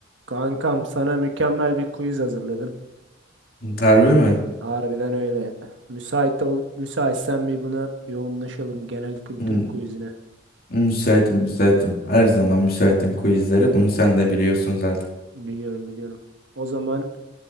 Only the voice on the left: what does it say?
Harbi mi?
Hmm,
Müsaitim, müsaitim. Her zaman müsaitim quizlere. Bunu sen de biliyorsun zaten.